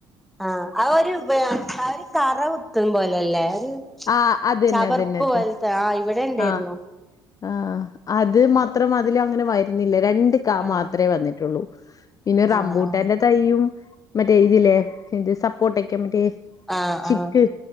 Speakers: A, in the centre; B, on the left.
A: ആഹ് അവ ഒരു വ ആഹ് ഒരു കറ കുത്തു പോലല്ലേ ഒരു
B: ആഹ് അതന്നെ
A: ചവർപ്പ്
B: അതന്നെ അതന്നെ
A: പോൽത്തെ ആഹ് ഇവിടെണ്ടേര്ന്നു
B: ആഹ് ആഹ് അത് മാത്രം അതില് അങ്ങനെ വര്ന്നില്ല രണ്ട് കാ
A: ആഹ്
B: മാത്രേ വന്നിട്ടൊള്ളൂ പിന്നെ റമ്പൂട്ടേന്റെ
A: ആഹ് ആഹ്
B: തൈയും മറ്റേ ഇതില്ലേ ഇത് സപ്പോർട്ടെക്കെ മറ്റേ
A: ആഹ്
B: ചിക്ക്
A: ആഹ്